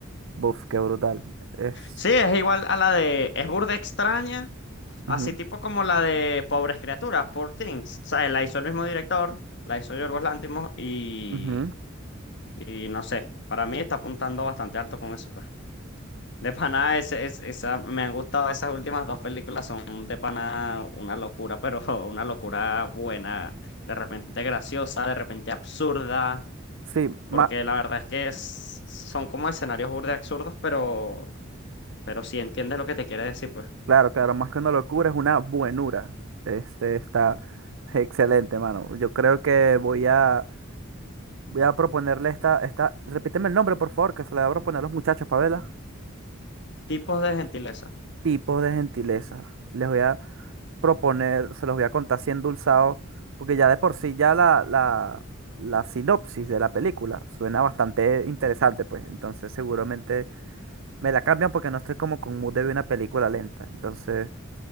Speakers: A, on the right; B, on the left.
A: buf, qué brutal. Es.
B: Sí, es igual a la de, es burda extraña, así
A: ujú,
B: tipo como la de Pobres Criaturas, Poor Things. O la hizo el mismo director, la hizo Yorgos Lanthimos y.
A: ujú.
B: Y no sé, para mí está apuntando bastante alto con eso, pues. De pana, ese, es, esa, me han gustado esas últimas dos películas, son de pana una locura, pero <laughs> una locura buena, de repente graciosa, de repente absurda,
A: Sí, ma-
B: porque la verdad es que es- son como escenarios burde absurdos, pero, pero sí entiendes lo que te quiere decir, pues.
A: claro, claro, más que una locura es una buenura. Este está excelente, mano. Yo creo que voy a voy a proponerle esta esta repíteme el nombre, por favor, que se le voy a proponer a los muchachos, Pavela.
B: Tipos de gentileza.
A: Tipos de gentileza. Les voy a proponer, se los voy a contar así endulzado, porque ya de por sí ya la la la sinopsis de la película suena bastante interesante, pues. Entonces, seguramente me la cambian porque no estoy como con mood de ver una película lenta. Entonces,